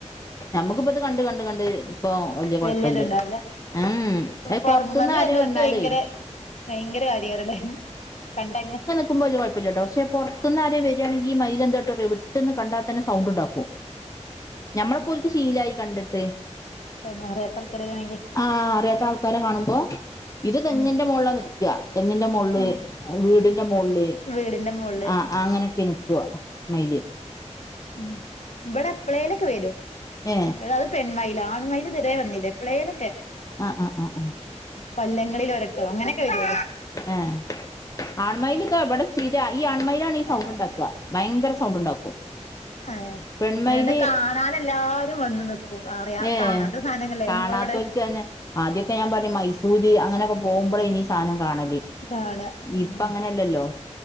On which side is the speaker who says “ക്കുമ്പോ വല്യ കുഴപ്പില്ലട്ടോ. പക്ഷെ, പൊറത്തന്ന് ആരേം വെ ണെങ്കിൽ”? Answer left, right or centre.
Left